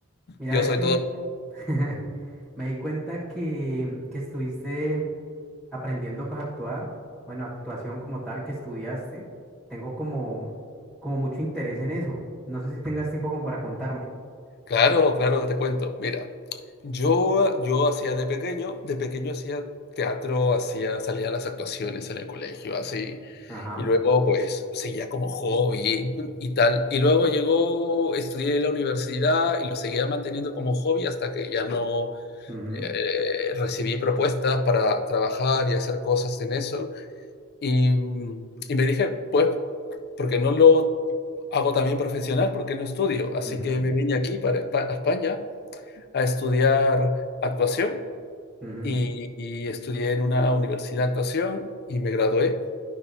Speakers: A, in the centre; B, on the left.
A: Mira
B: Yo soy
A: que
B: todo...
A: <laughs> me di cuenta que, que estuviste aprendiendo para actuar. Bueno, actuación como tal que estudiaste. Tengo como, como mucho interés en eso. No sé si tengas tiempo como para contarme.
B: Claro, claro que te cuento. Mira, yo, yo hacía de pequeño, de pequeño hacía teatro, hacía, salía a las actuaciones en el colegio, así.
A: Ajá.
B: Y luego, pues, seguía como hobby y tal. Y luego llegó, estudié en la universidad y lo seguía manteniendo como hobby hasta que ya no...
A: mhm,
B: eh, recibí propuestas para trabajar y hacer cosas en eso. Y, y me dije, pues, porque no lo hago también profesional? porque no estudio? Así
A: mhm,
B: que me vine aquí para Espa- a España a estudiar actuación
A: mhm,
B: y, y estudié en una universidad de actuación y me gradué